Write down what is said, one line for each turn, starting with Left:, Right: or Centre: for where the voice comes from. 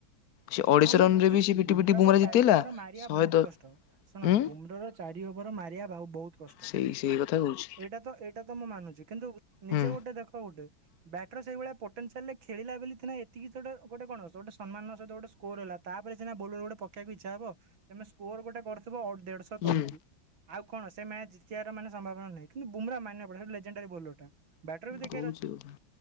Left: ସେ ଅଢେଇଶ
Right: ହଁ ମୁଁ
Left: ରନ
Right: ବୁଝୁଛି
Left: ରେ ବି ପିଟି
Right: ବୁମ୍ରାର
Left: ପିଟି ବୁମ୍ରା
Right: ଚାରି
Left: ଜିତେଇଲା
Right: ଓଭର ମାରିବା
Left: ଶହେ
Right: ବହୁତ
Left: ଦ
Right: କଷ୍ଟ ଶୁଣ
Left: ଉଁ
Right: ବୁମ୍ରାର ଚାରି ଓଭର ମାରିବା ଭାଉ ବହୁତ କଷ୍ଟ।
Left: ସେଇ ସେଇ କଥା କହୁଛି
Right: ଟ ଏଇଟା ତ ଏଇଟା ତ ମୁଁ ମାନୁଚି କିନ୍ତୁ ନିଜେ
Left: ହୁଁ।
Right: ଗୋଟେ ଦେଖ ଗୋଟେ ବ୍ୟାଟର ସେଇଭଳିଆ ପୋଟେନସିଆଲରେ ଖେଳିଲା ବୋଲି ଥିନା ଏତିକି <unintelligible> ଗୋଟେ କଣ ଗୋଟେ ସମ୍ମାନର ସହିତ ଗୋଟେ ସ କୋର ହେଲା ତାପରେ ସିନା ବୋଲର ଗୋଟେ ପକେଇବାକୁ ଇଚ୍ଛା ହବ। ତମେ ସ୍କୋର ଗୋଟେ କରିଥିବ ଦେଢଶହ ତଳକୁ।
Left: ହୁଁ
Right: ଆଉ କଣ ସେ ମ୍ୟାଚ ଜିତିବାର ମାନେ ସମ୍ଭାବନା ନାହିଁ କିନ୍ତୁ ବୁମ୍ର ମାନେ ଲେଗେଣ୍ଡରୀ ବୋଲର ଟା ବ୍ୟାଟର ବି ଦେଖାର
Left: କହୁଛି
Right: ଅଛି
Left: କଥା